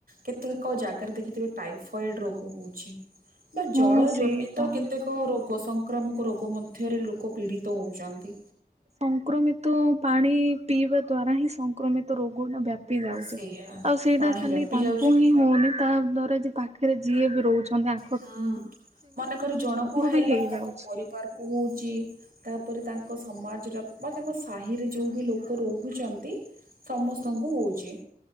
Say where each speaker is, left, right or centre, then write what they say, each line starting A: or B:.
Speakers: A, on the right (about 65°); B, on the right (about 45°).
A: କେତେ କ ଜାଗାରେ ଦେଖିଥିବେ ଟାଇଫଏଡ ରୋଗ ହଉଛି ବା
B: ହଁ
A: ଜଳ
B: ସେଇ
A: ଯୋନିତ
B: ତ
A: କେ ଏକ ରୋଗ ସଂକ୍ରାମକ ରୋଗ ମଧ୍ୟରେ ଲୋକ ପୀଡ଼ିତ ହେଉଛନ୍ତି।
B: ସଂକ୍ରମିତ ପାଣି ପିଇବା ଦ୍ଵାରା ହିଁ ସଂକ୍ରମିତ ରୋଗଟା ବ୍ୟା ପି ଯାଉଛି
A: ସେଇଆ
B: ଆଉ ସେଇଟା
A: ପାଣି
B: ଖାଲି
A: ବ୍ୟାପି
B: ତାଙ୍କୁ
A: ଯାଉଛି।
B: ହିଁ ହଉନି ତା ଦ୍ଵାରା ଯେ ପାଖରେ ଯିଏ ବି ରହୁଛନ୍ତି ଆ
A: ହଁ ମନେକର ଜଣ କୁ ହେଲା
B: ବି ହେଇଯାଉଛି
A: ତାଙ୍କ ପରିବାର କୁ ହଉଛି ତାପରେ ତାଙ୍କ ସମାଜର ବା ତାଙ୍କ ସାହିରେ ଯେଉଁ ବି ଲୋକ ରହୁଛନ୍ତି। ସମସ୍ତଙ୍କୁ ହଉଛି